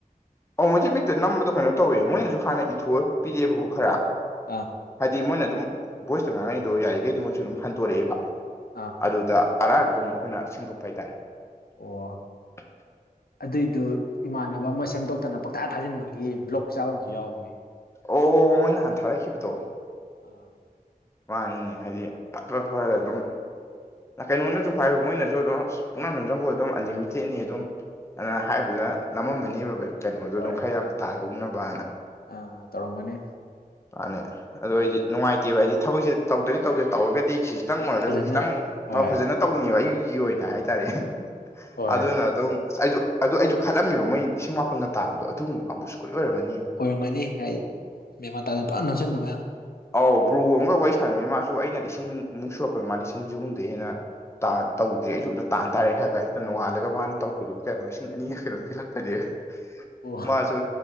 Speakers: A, on the left; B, on the left.
A: ꯑꯣ ꯃꯁꯤ ꯃꯤꯛꯇ ꯅꯝꯕꯗꯣ ꯀꯩꯅꯣ ꯇꯧꯋꯦ ꯃꯣꯏꯅꯁꯨ ꯍꯥꯟꯅ ꯏꯊꯣ ꯄꯤꯔꯛꯑꯦꯕꯀꯣ ꯈꯔ
B: ꯑꯥ
A: ꯍꯥꯏꯗꯤ ꯃꯣꯏꯅ ꯑꯗꯨꯝ ꯚꯣꯏꯁꯇ ꯉꯥꯡꯉꯛꯏꯗꯣ ꯌꯥꯔꯤꯈꯩꯗꯤ ꯃꯣꯏꯁꯨ ꯑꯗꯨꯝ ꯍꯟꯗꯣꯔꯛꯑꯦꯕ
B: ꯑꯥ
A: ꯑꯗꯨꯗ ꯑꯔꯥꯏꯕꯗꯨ ꯑꯃꯨꯛ ꯑꯩꯈꯣꯏꯅ ꯁꯦꯝꯗꯣꯛꯄ ꯍꯥꯏꯇꯥꯔꯦ <inaudible>
B: ꯑꯣ ꯑꯗꯨꯏꯗꯨ ꯏꯃꯥꯟꯅꯕ ꯑꯃ ꯁꯦꯝꯗꯣꯛꯇꯅ ꯄꯪꯊꯥ ꯊꯥꯖꯤꯟꯕꯒꯤ ꯕ꯭ꯂꯣꯛ ꯆꯥꯕ ꯑꯃꯁꯨ ꯌꯥꯎꯕꯅꯦ
A: ꯑꯣ ꯃꯣꯏ ꯅꯍꯥꯟ ꯊꯥꯔꯛꯈꯤꯕꯗꯣ
B: ꯑꯥ
A: ꯃꯥꯅꯤꯅꯦ ꯍꯥꯏꯗꯤ ꯐꯇ ꯐꯠ ꯐꯥꯠ ꯑꯗꯨꯝ ꯀꯩꯅꯣꯗꯁꯨ ꯍꯥꯏꯕ ꯃꯣꯏꯅꯁꯨ ꯑꯗꯨꯝ ꯄꯛꯅꯥ ꯅꯨꯡꯖꯪꯈꯣꯏ ꯑꯗꯨꯝ ꯑꯟꯂꯤꯃꯤꯇꯦꯠꯅꯤ ꯑꯗꯨꯝ ꯑꯗꯨꯅ ꯍꯥꯏꯕꯗ
B: ꯎꯝ
A: ꯅꯝꯃꯝꯃꯅꯦꯕ ꯀꯩꯅꯣꯗꯅ
B: ꯍꯣꯏ
A: ꯈꯔ ꯌꯥꯝ ꯇꯥꯍꯧꯅꯕꯅ
B: ꯑꯥ ꯇꯧꯔꯝꯒꯅꯦ
A: ꯃꯥꯅꯦ ꯑꯗꯨ ꯑꯩꯗꯤ ꯅꯨꯡꯉꯥꯏꯇꯦꯕ ꯍꯥꯏꯗꯤ ꯊꯕꯛꯁꯦ ꯇꯧꯗꯗꯤ ꯇꯧꯗꯦ ꯇꯧꯔꯒꯗꯤ ꯁꯤꯁꯇꯪ ꯑꯣꯏꯔꯒꯁꯨ
B: ꯐꯖꯅ
A: ꯈꯤꯇꯪ
B: ꯍꯣꯏ
A: ꯐꯖꯅ ꯇꯧꯅꯤꯡꯉꯦꯕ ꯑꯩꯒꯤ ꯑꯣꯏꯅ ꯍꯥꯏꯇꯥꯔꯦ
B: ꯍꯣꯏ
A: ꯑꯗꯨꯅ ꯑꯗꯨꯝ ꯑꯩꯁꯨ ꯑꯗꯨꯗ ꯑꯩꯁꯨ ꯈꯠꯂꯝꯃꯦꯕ ꯃꯣꯏ ꯂꯤꯁꯤꯡ ꯃꯥꯄꯜꯒ ꯇꯥꯕꯗꯣ ꯑꯗꯨꯒꯨꯝꯕ ꯀꯥꯡꯕꯨ ꯁꯣꯏ ꯑꯣꯏꯔꯝꯅꯤ
B: ꯑꯣꯏꯔꯝꯒꯅꯤ ꯍꯥꯏ ꯃꯃꯥꯟ ꯇꯥꯗꯅ ꯐꯖꯅ ꯅꯝꯁꯤꯟꯕ ꯃꯌꯥꯝ
A: ꯑꯧ ꯕꯔꯣ ꯑꯃꯒ ꯋꯥꯔꯤ ꯁꯥꯟꯅꯈꯤ ꯃꯥꯁꯨ ꯑꯩꯅ ꯂꯤꯁꯤꯡꯃꯨꯛ ꯁꯨꯔꯛꯄꯣꯏ ꯃꯥ ꯂꯤꯁꯤꯡꯁ ꯑꯍꯨꯝꯗꯩ ꯍꯦꯟꯅ ꯇ ꯇꯧꯗꯦ ꯑꯩꯁꯨ ꯑꯃꯝꯇ ꯇꯥꯟ ꯇꯥꯔꯦ ꯍꯥꯏꯕ ꯍꯦ ꯅꯣꯡꯉꯥꯜꯂ ꯃꯥꯅ ꯇꯧꯛꯄꯗꯨ ꯀꯩꯅꯣ ꯂꯤꯁꯤꯡ ꯑꯅꯤꯒ ꯀꯩꯅꯣꯝ ꯍꯂꯛꯄ ꯐ
B: ꯑꯣ
A: ꯃꯥꯁꯨ